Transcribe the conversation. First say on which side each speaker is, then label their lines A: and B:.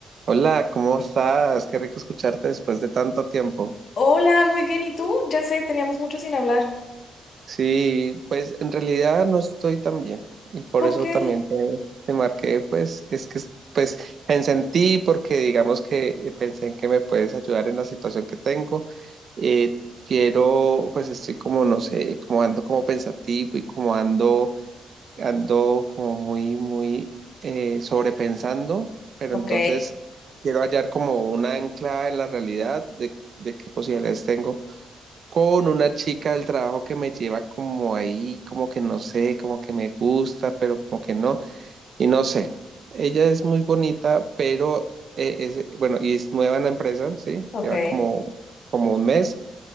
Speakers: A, on the right; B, on the left.
A: Hola, ¿cómo estás? Qué rico escucharte después de tanto tiempo.
B: Hola, muy bien. ¿Y tú? Ya sé, teníamos mucho sin hablar.
A: Sí, pues en realidad no estoy tan bien y por
B: ¿Por
A: eso
B: qué?
A: también te, te marqué, pues es que pues pensé en ti porque digamos que pensé en que me puedes ayudar en la situación que tengo. Eh, quiero, pues estoy como, no sé, como ando como pensativo y como ando ando como muy, muy eh, sobrepensando, pero
B: Ok,
A: entonces quiero hallar como una ancla en la realidad de, de qué posibilidades tengo con una chica del trabajo que me lleva como ahí, como que no sé, como que me gusta, pero como que no, y no sé. Ella es muy bonita, pero eh, es, bueno, y es nueva en la empresa, ¿sí?
B: ok.
A: Lleva como, como un mes.